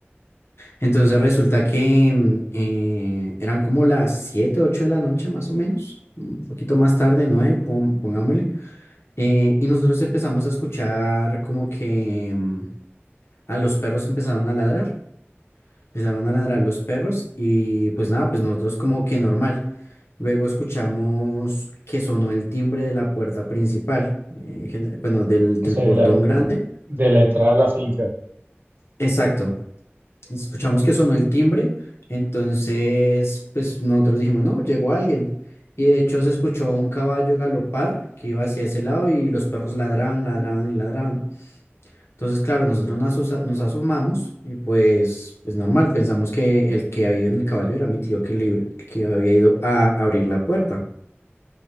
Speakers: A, on the left (about 70°); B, on the right (about 50°).
A: Entonces resulta que mm, eh, eran como las 7 8 de la noche más o menos, un poquito más tarde, 9, pon- pongámosle. eh, y nosotros empezamos a escuchar como que mm, a los perros empezaron a ladrar, empezaron a ladrar los perros y pues nada, pues nosotros como que normal. Luego escuchamos que sonó el timbre de la puerta principal, eh, gen- bueno, del,
B: O
A: del
B: sea,
A: portón
B: de la,
A: grande.
B: de la entrada a la finca,
A: Exacto. Escuchamos que sonó el timbre, entonces pues nosotros dijimos, no, llegó alguien. Y de hecho se escuchó un caballo galopar que iba hacia ese lado y los perros ladraban, ladraban y ladraban. Entonces, claro, nosotros nos, asa- nos asomamos y pues, pues normal, pensamos que el que había ido en el caballo era mi tío que, le, que había ido a abrir la puerta.